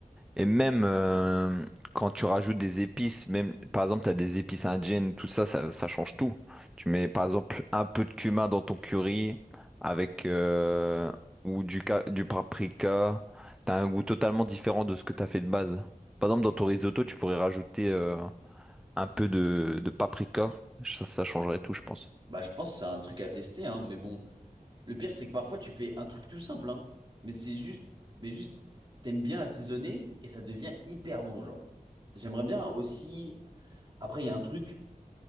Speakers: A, in the centre; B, on the right.
A: Et même euh, quand tu rajoutes des épices, même par exemple, tu as des épices indiennes, tout ça, ça, ça change tout. Tu mets par exemple un peu de cumin dans ton curry avec euh, ou du, ca- du paprika. T'as un goût totalement différent de ce que t'as fait de base. Par exemple, dans ton risotto, tu pourrais rajouter euh, un peu de, de paprika. Ça, ça changerait tout, je pense.
B: Bah je pense que c'est un truc à tester hein mais bon. Le pire, c'est que parfois tu fais un truc tout simple, hein, mais c'est juste, mais juste, t'aimes bien assaisonner et ça devient hyper bon, genre. J'aimerais bien aussi. Après, il y a un truc,